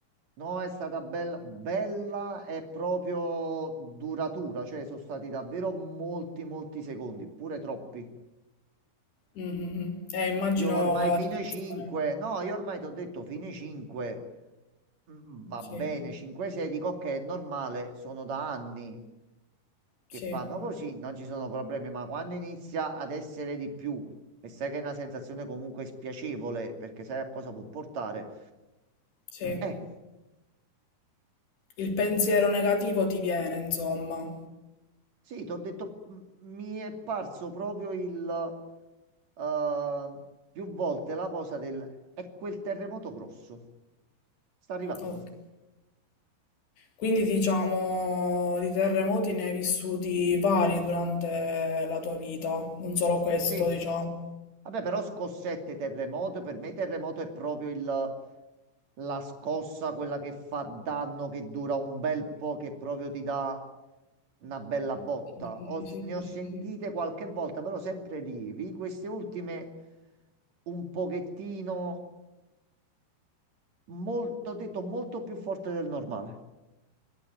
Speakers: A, on the right; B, on the left.
A: No, è stata bella, bella e proprio duratura, cioè sono stati davvero molti, molti secondi, pure troppi.
B: Mhm, mhm. Eh, immagino
A: Io ormai
B: la
A: fino
B: situazione.
A: ai 5, no, io ormai ti ho detto fino ai 5, mm, mm, va
B: Sì,
A: bene, 5-6 dico ok, è normale, sono da anni che
B: sì.
A: fanno così, non ci sono problemi, ma quando inizia ad essere di più e sai che è una sensazione comunque spiacevole perché sai a cosa può portare,
B: Sì,
A: eh,
B: il pensiero negativo ti viene, insomma.
A: sì, ti ho detto, mm, mi è parso proprio il... eh, più volte la cosa del è quel terremoto grosso. Sta arrivando.
B: Ok. Quindi diciamo di terremoti ne hai vissuti vari durante la tua vita, non solo questo,
A: Sì.
B: diciamo.
A: Vabbè, però scossette, terremoto, per me terremoto è proprio il- la scossa, quella che fa danno, che dura un bel po', che proprio ti dà una bella botta.
B: Sì, sì,
A: Ho-
B: sì,
A: ne
B: sì,
A: ho sentite
B: sì, sì.
A: qualche volta, però sempre lievi. Queste ultime un pochettino, molto, ho detto, molto più forte del normale.